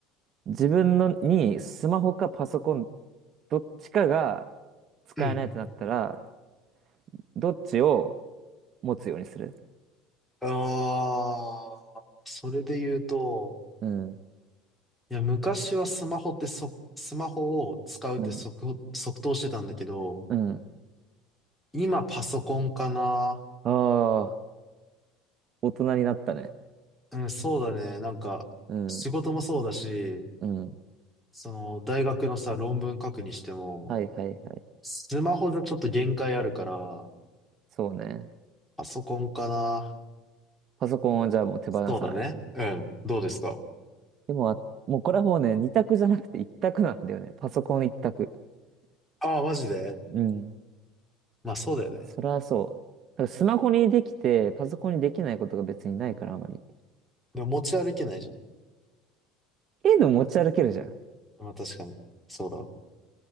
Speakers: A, on the right (about 40°); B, in the centre.
A: 自分のにスマホかパソコン、どっちかが使えないってなったら、
B: うん、うん。
A: どっちを持つようにする
B: ああ、それで言うと、
A: うん、
B: いや、昔はスマホってそ、スマホを使うって即、
A: うん、
B: 即答してたんだけど、
A: うん。
B: 今パソコンかな。
A: ああ、大人になったね。
B: うん、そうだね。なんか、
A: うん、
B: 仕事もそうだし、
A: うん。
B: その、大学のさ、論文書くにしても、
A: はいはいはい。
B: スマホじゃちょっと限界あるから、
A: そうね。
B: パソコンかな。
A: パソコンはじゃあもう手放さない。
B: そうだね。うん。どうですか
A: でも、あもうこれはもうね、二択じゃなくて一択なんだよね。パソコン一択。
B: ああー、マジで
A: うん。
B: まあそうだよね。
A: それはそう。だからスマホにできて、パソコンにできないことが別にないから、あまり。
B: でも持ち歩けないじゃん。
A: ええの持ち歩けるじゃん。
B: まあ確かに。そうだわ。